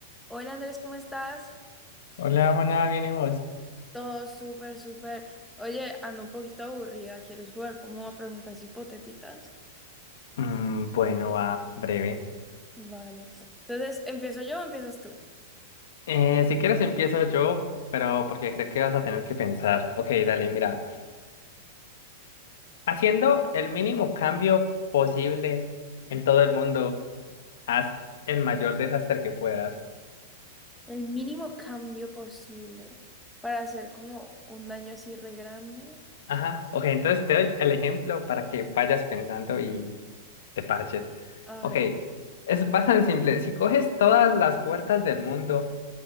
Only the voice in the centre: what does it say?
Hola Andrés, ¿cómo estás?
Todo súper, súper. Oye, ando un poquito aburrida. ¿Quieres jugar como a preguntas hipotéticas?
Vale. Entonces, ¿empiezo yo o empiezas tú?
El mínimo cambio posible para hacer como un daño así re grande.
A
ver,